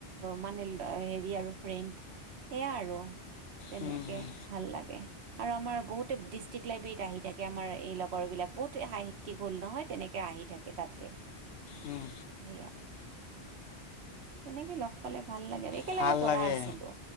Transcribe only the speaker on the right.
মানে হেৰি আৰু ফ্ৰেণ্ড। সেয়া আৰু তেনেকে
ভাল লাগে। আৰু আমাৰ বহুতে ডিষ্ট্ৰিক্ট লাইব্ৰেৰীত আহি থাকে আমাৰ এই লগৰবিলাক। বহুতে সাহিত্য হ'ল নহয় তেনেকৈ আহি থাকে তাতে।
সেইয়া। এনেকে লগ পালে ভাল লাগে আৰু একেলগে
পঢ়া
আছিলো।